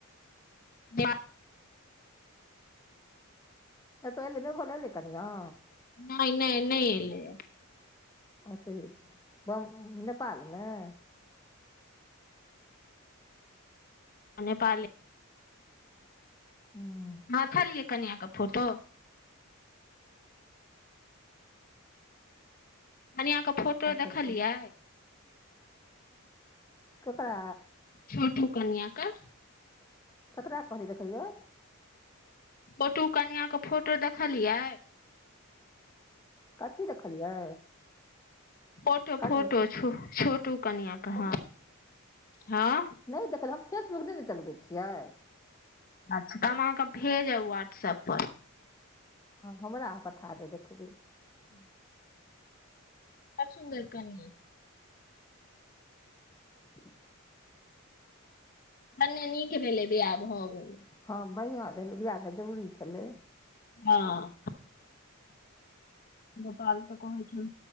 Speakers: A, on the left (about 40°); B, on the left (about 15°).
A: ब
B: एतअ एले भोलेलै कनिया
A: नहि नहि नहि एलै
B: ओतह छै बम नेपाल में
A: आ पाले
B: हँ
A: हँ खलियै कनआ क फोटो कनियाँ क फोटो
B: आओर
A: देखलिए
B: सब ककरा
A: छोटू कन्या क
B: ककरा कहलियै देखैयै
A: पोटू कनिया के फोटो देखलियै
B: कथी देखलियै
A: फोटो
B: कनिआँ
A: फोटो छ छोटू कनिआ क हँ हँ
B: ने देखला हम फेसबुक ने न चलबै छियै
A: अच्छा तऽ हम अहाँकेँ भेजब व्हाट्सअप पर
B: हँ हमरा पठा दे देखबै
A: ह्म बड़ सुन्दर कनिया
B: ह
A: कन्ने नीक भेलै बियाह भऽ गेलै
B: हँ बढ़िआँ भेलै बिआह तऽ जरूरी छलै
A: हँ गोपाल तऽ कहय छन